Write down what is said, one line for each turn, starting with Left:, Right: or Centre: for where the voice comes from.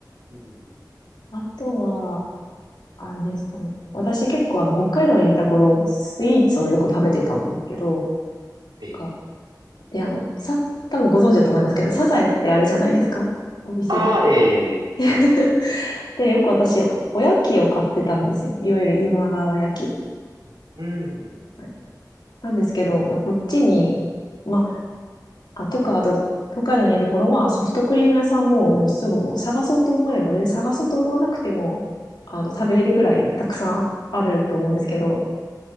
Right: うん。
Left: あとは、あれですかね。私結構あの、北海道にいた頃、スイーツをよく食べてたんですけど、
Right: ええ。
Left: がで、あの、さ、多分ご存知だと思いますけど、サザエってあるじゃないですか。お店で。
Right: ああ、ええ、
Left: <laughs>
Right: ええ。
Left: で、よく私、おやきを買ってたんですよ。いわゆる今川焼き。
Right: うん。
Left: はいなんですけど、こっちに、まあ、あ、とか、あと、北海道にいる頃はソフトクリーム屋さんももうすぐもう探そうと思えば、全然探そうと思わなくても、あの、食べれるぐらいたくさんあると思うんですけど、